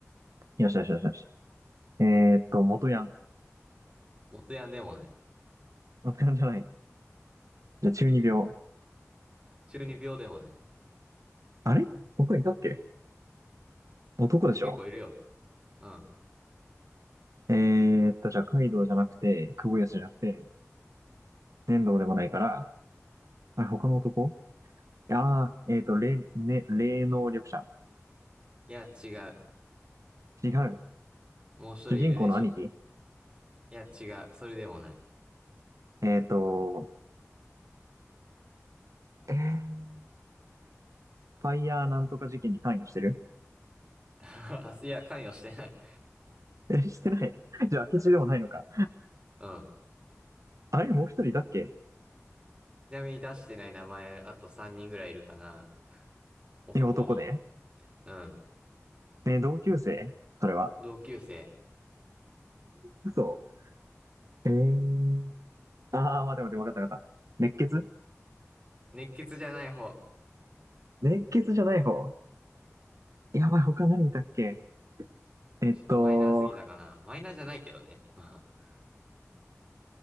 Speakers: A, on the right; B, on the right.
A: よしよしよしよし。えーっと、元ヤン。
B: 元ヤンでもない。
A: 元ヤンじゃない。じゃあ、中二病。
B: 中二病でもない。
A: あれ他いたっけ男でしょ
B: 結構いるよ。うん。
A: えーっと、じゃあ、カイドウじゃなくて、クボヤスじゃなくて、粘土でもないから、あれ、他の男ああー、えーっと、霊、ね、霊能力者。
B: いや、違う。
A: 違う。
B: もう一人いるでしょ。
A: 主人公の兄貴
B: いや、違う。それでもない。
A: えーっと、えーファイヤーなんとか事件に関与してる
B: <laughs> あいや、関与してない。
A: え、してない <laughs> じゃあ、明智でもないのか。
B: うん。
A: あれ、もう一人いたっけ
B: ちなみに出してない名前、あと3人ぐらいいるかな。男の、
A: え、男で
B: うん。
A: ね、同級生それは。
B: 同級生。
A: 嘘。えー。あー、待って待って、わかったわかった。熱血
B: 熱血じゃない方。
A: 熱血じゃない方。やばい、他何いたっけえっと、
B: ちょっとマイナーすぎたかな。マイナーじゃないけどね。<laughs> まあ